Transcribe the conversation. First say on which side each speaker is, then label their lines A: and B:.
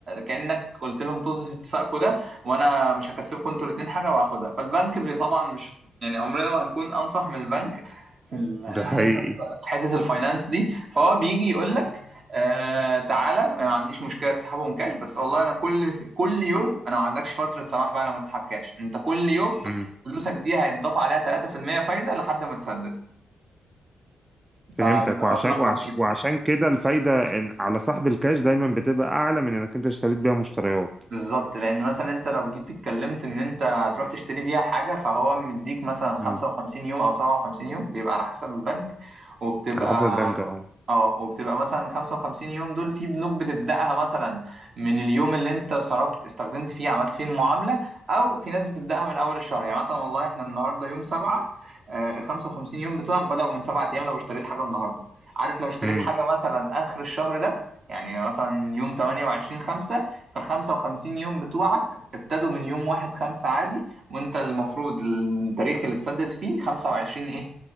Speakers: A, on the right; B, on the right.
A: كأنك قلت لهم طز في اتفاقكم ده وانا مش هكسبكم انتوا الاتنين حاجه وهاخدها فالبنك بي طبعا مش يعني عمرنا ما هنكون انصح من البنك في ال-
B: ده حقيقي
A: في حته الفاينانس دي فهو بيجي يقول لك آه تعالى انا ما عنديش مشكله تسحبهم كاش بس والله انا كل كل يوم انا ما عندكش فتره سماح بقى لما تسحب كاش انت كل يوم
B: مم.
A: فلوسك دي هيتضاف عليها 3% فايده لحد ما تسدد
B: فهمتك
A: فبيبقى
B: وعشان
A: مبلغ
B: وعشان,
A: رهيب
B: وعشان كده الفايدة إن على سحب الكاش دايما بتبقى اعلى من انك انت اشتريت بيها مشتريات
A: بالظبط لان مثلا انت لو جيت اتكلمت ان انت هتروح تشتري بيها حاجه فهو مديك مثلا 55
B: مم.
A: يوم او 57 يوم بيبقى على حسب البنك وبتبقى
B: على حسب البنك اه
A: اه وبتبقى مثلا 55 يوم دول في بنوك بتبدأها مثلا من اليوم اللي انت صرفت استخدمت فيه عملت فيه المعاملة او في ناس بتبدأها من اول الشهر يعني مثلا والله احنا النهارده يوم 7 آه، ال 55 يوم بتوعك بدأوا من 7 ايام لو اشتريت حاجة النهارده عارف لو اشتريت
B: مم.
A: حاجة مثلا اخر الشهر ده يعني مثلا يوم 28 5 فال 55 يوم بتوعك ابتدوا من يوم 1 5 عادي وانت المفروض التاريخ اللي تسدد فيه 25 ايه